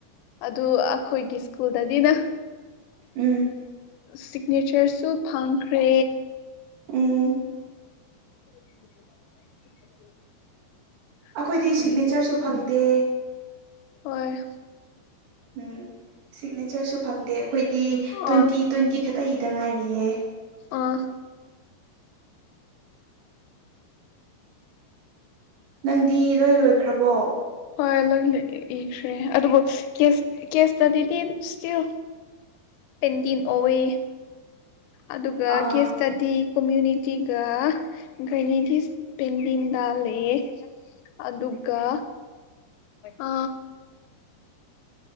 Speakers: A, on the left; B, on the right.
A: ꯑꯗꯨ ꯑꯩꯈꯣꯏꯒꯤ ꯁ꯭ꯀꯨꯜꯗꯗꯤꯅ
B: ꯎꯝ
A: ꯁꯤꯒꯅꯦꯆꯔꯁꯨ ꯐꯪꯈ꯭ꯔꯦ
B: ꯎꯝ
A: <unintelligible>
B: ꯑꯩꯈꯣꯏꯗꯤ
A: ꯎꯝ
B: ꯁꯤꯒꯅꯦꯆꯔꯁꯨ ꯐꯪꯗꯦ
A: ꯍꯣꯏ
B: ꯎꯝ ꯁꯤꯒꯅꯦꯆꯔꯁꯨ ꯐꯪꯗꯦ ꯑꯩꯈꯣꯏꯗꯤ ꯇ꯭ꯋꯦꯟꯇꯤ
A: ꯑ
B: ꯇ꯭ꯋꯦꯟꯇꯤ ꯈꯛꯇꯒꯤꯗ ꯉꯥꯏꯔꯤꯌꯦ
A: ꯑꯣ
B: ꯅꯪꯗꯤ ꯂꯣꯏ ꯂꯣꯏꯈ꯭ꯔꯕꯣ
A: ꯍꯣꯏ ꯂꯣꯏ ꯏꯈ꯭ꯔꯦ ꯑꯗꯨꯕꯨ ꯀꯦꯁ ꯀꯦꯁꯇꯗꯤꯗꯤ ꯁꯇꯤꯜ ꯄꯦꯟꯗꯤꯡ ꯑꯣꯋꯦ ꯑꯗꯨꯒ
B: ꯑꯥ
A: ꯀꯦꯁꯇꯗꯤ ꯀꯃ꯭ꯨꯅꯤꯇꯤꯒ ꯒꯥꯏꯅꯤꯗꯤꯁ ꯄꯦꯟꯗꯤꯟꯗꯥ ꯂꯩꯌꯦ ꯑꯗꯨꯒ ꯑ